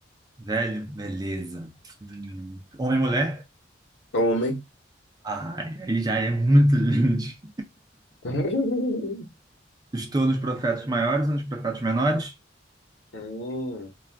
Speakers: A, on the right; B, on the left.
A: Velho, beleza. Hum, Homem e mulher?
B: homem,
A: Ai, aí já é muita gente.
B: <laughs>
A: Estou nos profetas maiores ou nos profetas menores?
B: hum,